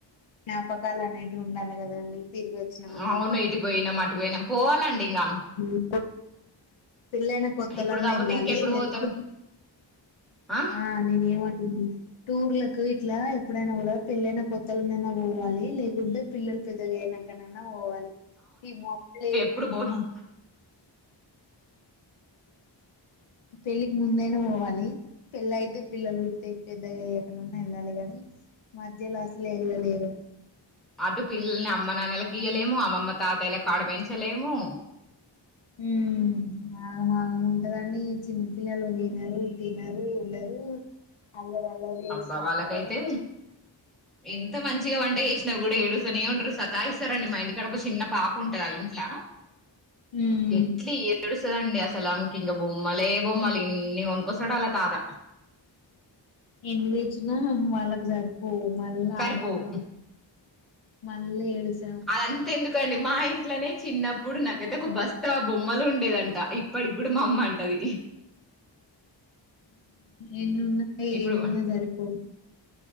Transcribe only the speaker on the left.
జ్ఞాపకాలు అనేటివి ఉండాలె కదండి. తిరిగి వచ్చినం అని
<inaudible> పెళ్ళైనా కొత్తలన్నా
ఎళ్ళాలి
లేదంటే
ఆ నేనేం అంటుంది. టూర్లకు ఇట్లా ఎప్పుడైనా కూడా పెళ్ళైైన కొత్తలనైనా పోవాలి లేకుంటే పిల్లలు పెద్దగా అయినం కనన్నా పోవాలి. ఈ మధ్యలో
పెళ్ళికి ముందైనా పోవాలి. పెళ్లయితే పిల్లలు పుడితే పెద్దగా అయ్యాకనన్నా ఎళ్ళాలే గాని. మధ్యల అస్సలే ఎళ్ళలేరు.
ఉ ఆగమాగం ఉంటదని చిన్నపిల్లలు వినరు, తినరు, ఉండరు. అల్లరి అల్లరి చేస్తా
ఉంటరు.
హ్
ఎన్ని తెచ్చినా వాళ్ళకు సరిపోపు మళ్ళ
ఆడతనే మళ్ళ ఏడుస్
ఎన్ని ఉన్నా ఏమి
సరిపోవు.